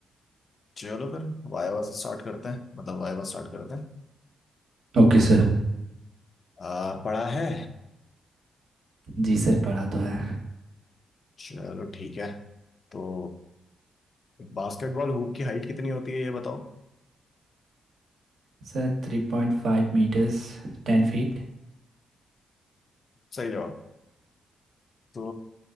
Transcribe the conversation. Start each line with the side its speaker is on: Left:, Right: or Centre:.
Left: चलो फिर वायवा से स्टार्ट करते हैं मतलब वायवा स्टार्ट करते हैं
Right: Okay sir
Left: आ, पढ़ा है
Right: जी सर पढ़ा तो है
Left: चलो ठीक है तो बास्केटबॉल हूप की हाइट कितनी होती है ये बताओ
Right: Sir three point five metres Ten feet
Left: सही जवाब तो